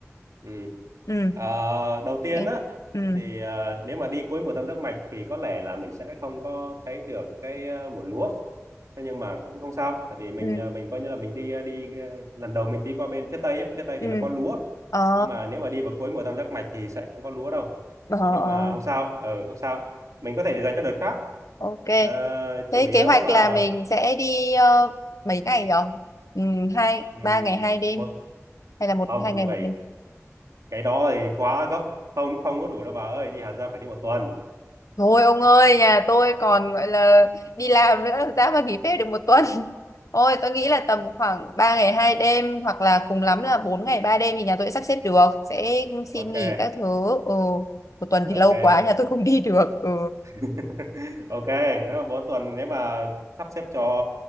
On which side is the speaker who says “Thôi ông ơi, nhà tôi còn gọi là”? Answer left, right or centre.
Left